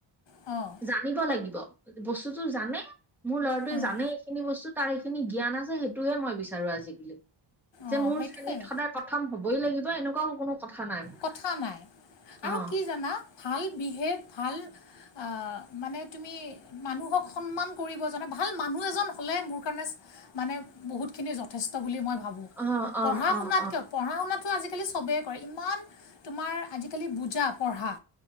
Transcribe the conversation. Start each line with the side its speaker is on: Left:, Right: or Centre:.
Left: অ'
Centre: জানিব লাগিব, বস্তুতটো জানে মোৰ ল'ৰাটোৱে
Left: অঁ
Centre: জানেই এইখিনি বস্তু তাৰ এইখিনি জ্ঞান আছে। সেইটোহে মই বিচাৰো আজিকালি। যে
Left: অঁ
Centre: মোৰ
Left: সেইটোৱে
Centre: শ্ৰেণীত সদায় প্ৰথম হবই লাগিব। এনেকুৱাও কোনো কথা নাই মানে
Left: কথা নাই আৰু
Centre: অ
Left: কি জানা ভাল বিহেভ ভাল। অহ মানে তুমি মানুহক সন্মান কৰিব জানে ভাল মানুহ এজন হ'লে মোৰ কাৰণে মানে বহুতখিনি যথেষ্ট বুলি মই ভাবোঁ।
Centre: অ
Left: পঢ়া
Centre: অ অ
Left: শুনাত
Centre: অ
Left: কিয়। পঢ়া শুনাটো আজিকালি চবেই কৰে ইমান তোমাৰ আজিকালি বুজা পঢ়া।